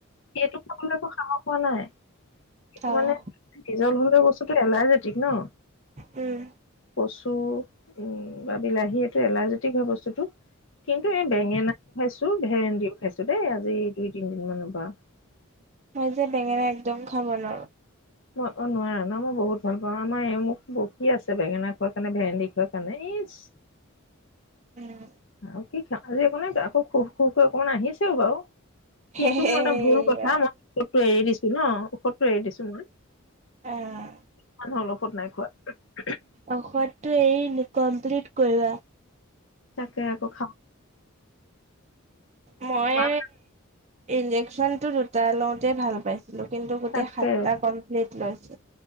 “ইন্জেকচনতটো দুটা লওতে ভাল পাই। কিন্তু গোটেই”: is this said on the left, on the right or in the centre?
Right